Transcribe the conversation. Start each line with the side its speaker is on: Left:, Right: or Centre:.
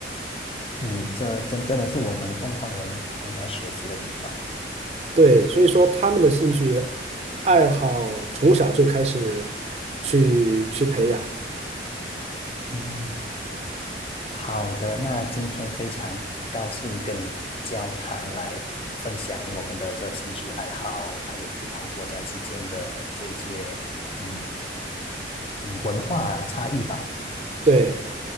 Left: 嗯，这真真的是我们东方人应该学习的地方。
Right: 对，所以说他们的兴趣爱好从小就开始去去培养。
Left: 嗯。好的，那今天非常高兴跟你交谈，来分享我们的这兴趣爱好，还有不同国家之间的这些嗯嗯文化差异吧。
Right: 对。